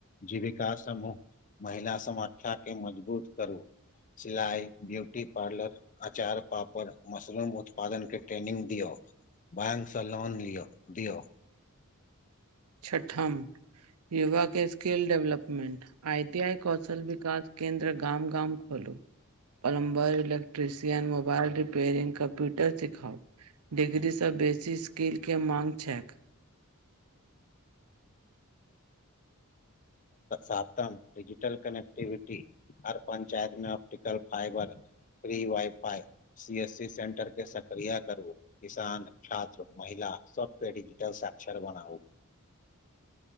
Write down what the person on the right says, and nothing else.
छठम युवा के skill development, I T I कौशल विकास केन्द्र गाम गाम खोलू। Plumber, electrician, mobile repairing, computer सिखाऊ। डिग्रीसँ बेसी स्किलके माँग छैक।